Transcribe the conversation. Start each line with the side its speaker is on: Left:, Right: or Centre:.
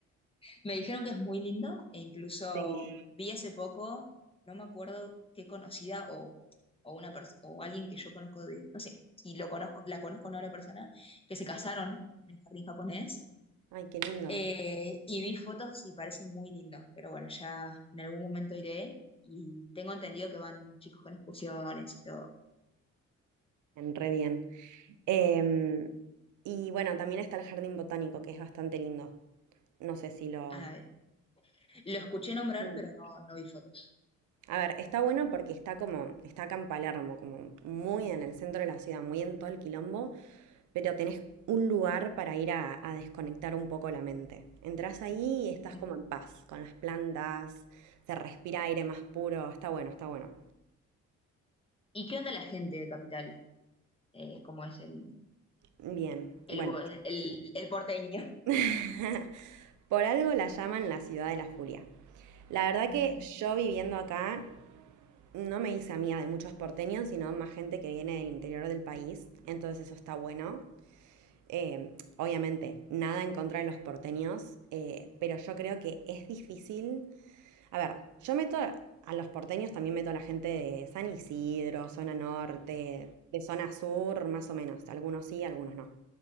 Left: Me dijeron que es muy lindo e incluso
Right: Sí.
Left: vi hace poco, no me acuerdo qué conocida o, o una pers- o alguien que yo conozco de, no sé, si lo conozco, la conozco o no a la persona, que se casaron en el jardín japonés
Right: Ay, qué lindo.
Left: Eh, y vi fotos y parece muy lindo, pero bueno, ya en algún momento iré y tengo entendido que van chicos con excursiones y todo.
Right: En Re bien. Em, y bueno, también está el jardín botánico, que es bastante lindo. No sé si lo...
Left: A ver, lo escuché nombrar,
Right: Sí.
Left: pero no, no vi fotos.
Right: A ver, está bueno porque está como, está acá en Palermo, como muy en el centro de la ciudad, muy en todo el quilombo, pero tenés un lugar para ir a, a desconectar un poco la mente. Entrás ahí y estás
Left: Bien.
Right: como en paz, con las plantas, se respira aire más puro, está bueno, está bueno.
Left: ¿Y qué onda la gente de Capital? Eh, ¿cómo es el,
Right: Bien,
Left: el,
Right: bueno,
Left: bo- el, el porteño?
Right: <laughs> por algo la llaman la ciudad de la furia. La verdad
Left: Bien.
Right: que yo viviendo acá no me hice amiga de muchos porteños, sino más gente que viene del interior del país, entonces eso está bueno. Eh, obviamente, nada en contra de los porteños, eh, pero yo creo que es difícil. A ver, yo meto a los porteños, también meto a la gente de San Isidro, zona norte, de zona sur, más o menos. Algunos sí, algunos no.